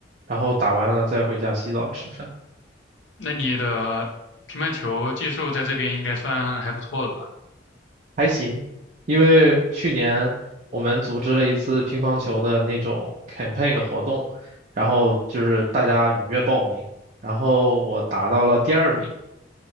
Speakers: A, on the right; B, on the left.
A: 然后打完了再回家洗澡吃饭。
B: 那你的乒乓球技术在这边应该算还不错了吧？
A: 还行，因为去年我们组织了一次乒乓球的那种 campaign 的活动，然后就是大家踊跃报名，然后我达到了第二名，